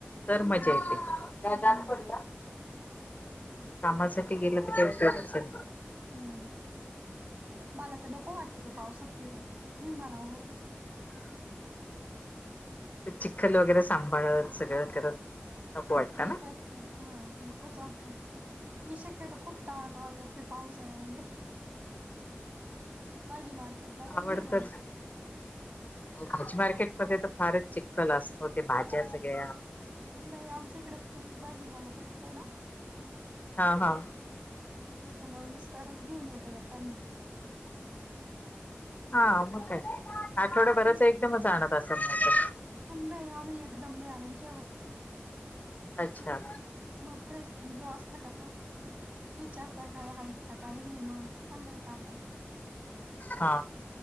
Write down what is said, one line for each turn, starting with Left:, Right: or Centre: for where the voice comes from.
Left: तर
Right: हम्म
Left: मजा येते
Right: हम्म
Left: पड कामासाठी गेलं तर ते उच
Right: हम्म मला तर नको वाटत ते पावसात फिरायला हम् मला आवडतच नाही
Left: चिखल वगैरे सांभाळत सगळं करत नको वाटत
Right: ते
Left: ना
Right: पण हा नकोच वाटतो मी शक्यतो खूप टाळा टाळ करत ते पावसाळ्यामध्ये भाजी मार्केट ला पण
Left: आवड
Right: नाही गावत
Left: तर भाजी मार्केटमध्ये तर फारच चिखल असतो ते भाज्या सगळ्या
Right: नाही आमच्या इकडे फ्रेश भाजीवाला भेटतो ना
Left: हा हा
Right: म त्याच्यामुळे मिस्टरच घेऊन येेतय येताना
Left: हा मग काय आठवड्याभराच
Right: तेच
Left: एकदमच आणत असाल म ते
Right: नाही आम्ही एकदम नाही आणून ठेवत
Left: अच्छा
Right: मग फ्रेश जो असला का तोच विचारता काय आहे का काही नाही म्हणून सांगायचं आपण
Left: हा